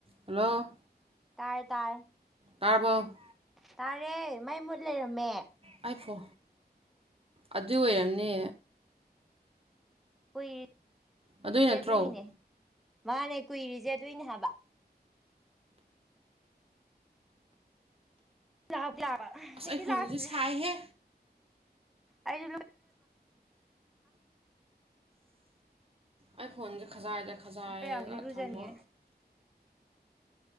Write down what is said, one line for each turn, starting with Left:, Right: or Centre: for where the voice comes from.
Right: hello
Centre: ꯇꯥꯏ ꯇꯥꯏ
Right: ꯇꯥꯄ
Centre: ꯇꯥꯔꯦ ꯃꯥꯏ ꯃꯨꯠ ꯂꯩꯔꯝꯃꯦ
Right: ꯍꯥꯏꯐꯣ ꯑꯗꯨꯏ ꯑꯣꯏꯔꯝꯅꯦ
Centre: ꯀꯨꯏꯔꯤ
Right: ꯑꯗꯨꯏ ꯅꯠꯇ꯭ꯔꯣ
Centre: ꯆꯦꯗꯣꯏꯅꯦ ꯃꯥꯅꯦ ꯀꯨꯏꯔꯤ ꯆꯦꯗꯣꯏꯅꯦ ꯍꯥꯏꯕ ꯌꯥ ꯌꯥꯕ
Right: ꯑꯁ ꯑꯩ ꯐꯣꯟꯁꯦ
Centre: ꯂꯥꯛꯇ꯭ꯔꯤ
Right: ꯁꯥꯏꯍꯦ
Centre: ꯑꯩ
Right: ꯑꯩ ꯐꯣꯟꯁꯦ ꯈꯖꯥꯏꯗ ꯈꯖꯥꯏꯔꯒ
Centre: ꯎꯞꯄꯌꯥꯃꯨꯛ ꯏꯔꯨꯖꯅꯤꯡꯉꯦ
Right: ꯊꯝꯃꯣ